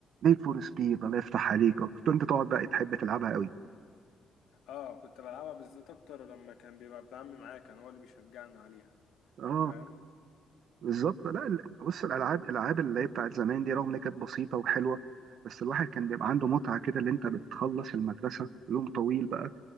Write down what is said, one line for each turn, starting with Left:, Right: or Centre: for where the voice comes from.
Right: نيد فور سبيد الله يفتح عليك آه، كنت انت تقعد بقى تحب تلعبها قوي
Left: اه كنت بلعبها بالذات اكتر لما كان بيبقى ابن عمي معايا كان هو اللي بيشجعنا عليها
Right: اه
Left: فاهم
Right: بالظبط لا ال- بص الالعاب الالعاب اللي هي بتاعت زمان دي رغم ان هي كانت بسيطه وحلوه بس الواحد كان بيبقى عنده متعه كده اللي انت بتخلص المدرسه يوم طويل بقى